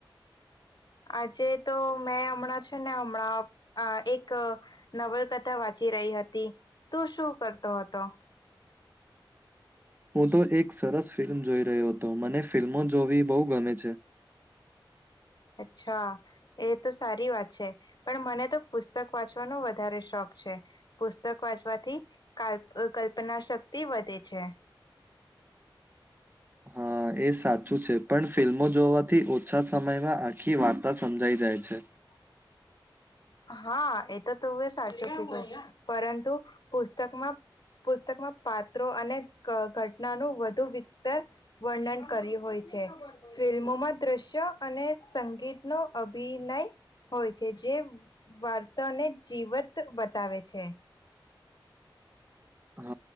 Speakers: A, on the left; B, on the right.
A: આજે તો મેં હમણાં છે ને હમણાં એક નવલકથા વાંચી એ રહી હતી તું શું કરતો હતો
B: હું તો એક સરસ ફિલ્મ જોઈ રહ્યો હતો મને ફિલ્મો જોવી બહુ ગમે છે
A: <inaudible> અચ્છા એ તો સારી વાત છે પણ મને તો પુસ્તક વાંચવાનો વધારે શોખ છે પુસ્તક વાંચવાથી કલ્પના શક્તિ વધે છે <inaudible>
B: હા એ સાચું છે પણ ફિલ્મો જોવાથી ઓછા સમયમાં આખી વાર્તા સમજાઈ જાય છે
A: <inaudible> હા એ તો તો સાચું પરંતુ પુસ્તકમાં પુસ્તકમાં પાત્રો અને ઘટનાનું વધુ વિતર વર્ણન કર્યું હોય છે ફિલ્મોમાં દ્રશ્ય અને સંગીતનો અભિનય હોય છે જે વર્તને જીવત બતાવે છે
B: હ